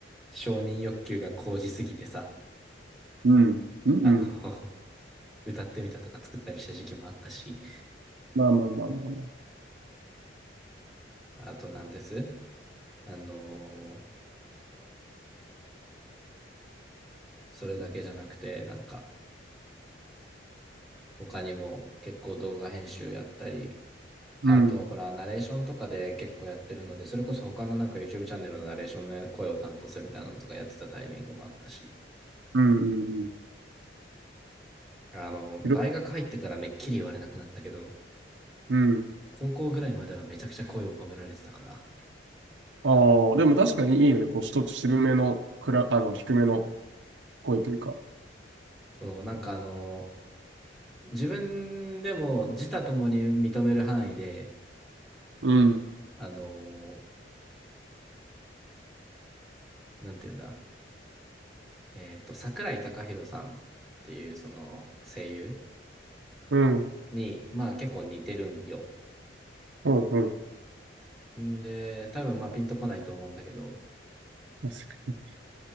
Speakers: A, in the centre; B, on the right (about 75°).
A: 承認欲求が高じすぎてさ、
B: うん。うん、
A: あの、
B: うん。
A: <laughs> 歌ってみたとか作ったりした時期もあったし、
B: まあまあまあまあまあ。
A: あとなんです。あの、それだけじゃなくて、なんか、他にも結構動画編集やったり、あと、
B: うん。
A: ほら、ナレーションとかで結構やってるので、それこそ他のなんか YouTube チャンネルのナレーションの声を担当するみたいなのとかやってたタイミングもあったし、
B: うん、うん、うん。
A: あの、
B: いろ
A: 大学入ってからめっきり言われなくなったけど、
B: うん。
A: 高校ぐらいまではめちゃくちゃ声を褒められてたから。
B: ああ、でも確かにいいよね。こう、一つ渋めの、くら、あの、低めの声というか。
A: そう、なんかあの、自分でも自他ともに認める範囲で、
B: うん。
A: あの、なんていうんだ、えっと、桜井孝宏さんっていうその声優
B: うん。
A: に、まあ結構似てるんよ。
B: うん、うん。
A: んで、多分まあピンとこないと思うんだけど、
B: そうですね